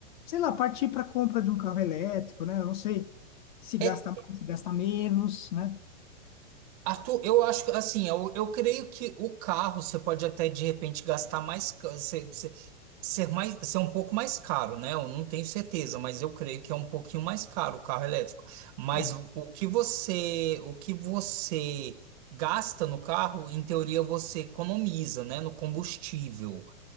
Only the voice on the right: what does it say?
É,
Arthur, eu acho que, assim, eu, eu creio que o carro você pode até, de repente, gastar mais. ca- Ser, ser, ser mais, ser um pouco mais caro, né? Eu não tenho certeza, mas eu creio que é um pouquinho mais caro o carro elétrico. Mas
o, o que você. O que você gasta no carro, em teoria, você economiza, né? No combustível.